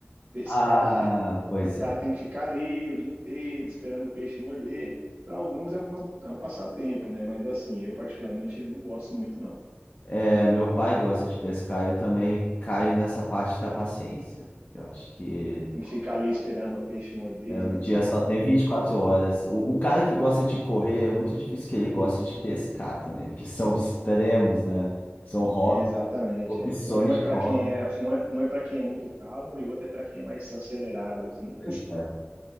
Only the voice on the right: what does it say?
Pescar,
o cara
tem que ficar ali o dia inteiro esperando o peixe morder. Para alguns é, uma, é um passatempo, né? Mas assim, eu particularmente não gosto muito, não.
Tem que ficar ali esperando o peixe morder, né?
É, Exatamente.
É. Pra- Um é
para
quem é um é, um é para quem é muito calmo e o outro é para quem é mais acelerado, assim.